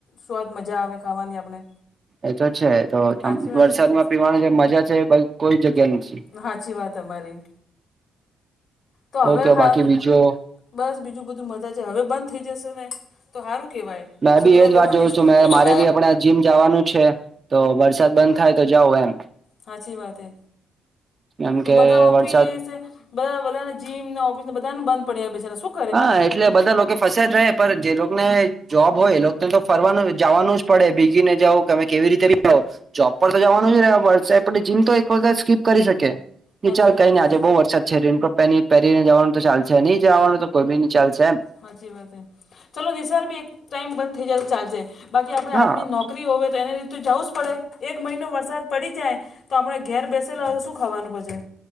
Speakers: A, on the left; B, on the right.
A: સ્વાદ મજા આવે ખાવાની આપણે
B: એ તો છે તો
A: સાચી વાત
B: વરસાદમાં
A: હે કે નહીં
B: પીવાની જે મજા છે એ કોઈ જગ્યા નથી
A: સાચી વાત અમારી તો
B: ઓકે
A: હવે હાલ
B: બાકી બીજો
A: બસ બીજું બધું મજા છે હવે બંધ થઈ જશે ને તો સારું કહેવાય
B: મેં
A: છોકરા
B: બી એજ
A: લોકોની
B: વાત જોઉં
A: સ્કૂલ
B: છું મે
A: તો સ્કૂલ
B: મારે બી આપણે જીમ જવાનું છે તો વરસાદ બંધ થાય તો જાવ એમ
A: સાાચી વાત એ
B: એમ
A: તો
B: કે
A: બધા ઓફિસ
B: વરસાદ
A: બધા બધાને જીમ ઓફિસને બધાને બંધ પડ્યા બેચારા શું
B: હા એટલે બધા લોકો ફસે જ રે જે લોકોને જોબ હોય એને તો ફરવાનું જવાનું જ પડે ભીગીને જાવ તમે કેવી રીતે જોબ પર તો જવાનું જ ર વર્સા જીમ તો એક વખત સ્કીપ કરી શકે
A: સાચી
B: એ ચાલ
A: વાત
B: કઈ નઈ આજે
A: એ
B: બહુ વરસાદ છે રીન પ પહેરીને જવાનું તો ચાલશે નહી જવાનું તો કોઈ બી નહી ચાલશે એમ
A: સાચી વાત છે ચાલલો નિસાર બી એક ટાઈમ બંધ થઈ જ ચાલશે બાકી આપણે
B: હા
A: આજમી નોક રી હો તો એને રીતે જવું જ પડે એક મહિનો વરસાદ પડી જાય તો આપણે ઘેર બેસેલા હોય તો શું ખાવાનું પશેે